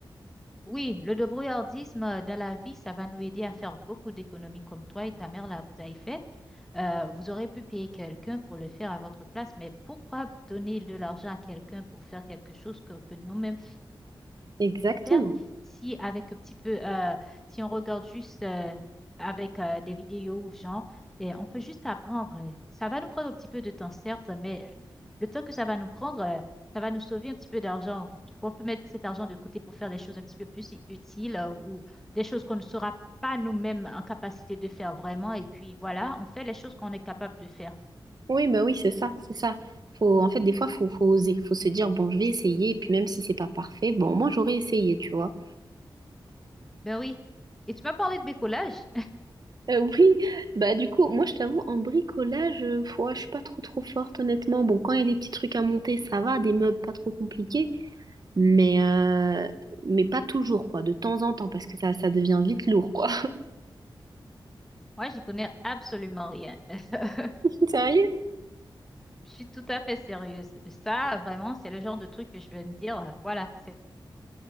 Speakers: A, in the centre; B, on the right (about 50°).
A: Oui, le débrouillardisme euh, dans la vie, ça va nous aider à faire beaucoup d'économies comme toi et ta mère, là, vous avez fait. Euh, vous aurez pu payer quelqu'un pour le faire à votre place, mais pourquoi donner de l'argent à quelqu'un pour faire quelque chose que peut nous-mêmes
B: Exactement.
A: faire si avec un petit peu, euh, si on regarde juste euh, avec euh, des vidéos, genre, et on peut juste apprendre. Ça va nous prendre un petit peu de temps, certes, mais le temps que ça va nous prendre, euh, ça va nous sauver un petit peu d'argent. Du coup, on peut mettre cet argent de côté pour faire des choses un petit peu plus utiles euh, ou des choses qu'on ne sera pas nous-mêmes en capacité de faire vraiment. Et puis voilà, on fait les choses qu'on est capable de faire.
B: Oui, bah oui, c'est ça, c'est ça. Faut, en fait, des fois, faut, faut oser. Faut se dire, bon, je vais essayer. Et puis même si c'est pas parfait, bon, moi, j'aurais essayé, tu vois.
A: Ben oui. Et tu m'as parlé de bricolage?
B: Euh, oui, bah du coup, moi je t'avoue, en bricolage, euh, pff, ouais, je suis pas trop trop forte honnêtement. Bon, quand il y a des petits trucs à monter, ça va, des meubles pas trop compliqués, mais, euh, mais pas toujours, quoi, de temps en temps, parce que ça, ça devient vite lourd, quoi.
A: <laughs> Moi, j'y connais absolument rien. <laughs>
B: <laughs> Sérieux?
A: Je suis tout à fait sérieuse. Ça, vraiment, c'est le genre de truc que je vais me dire, euh, voilà, c'est